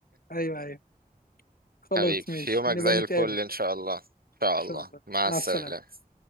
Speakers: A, on the left; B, on the right.
A: ايوه ايوه خلاص
B: حبيبي
A: ماشي
B: في يومك
A: نبقى
B: زي
A: نتقابل
B: الفل ان شاء الله ان شاء
A: ان شاء
B: الله
A: الله
B: مع
A: مع
B: السلامه
A: السلامة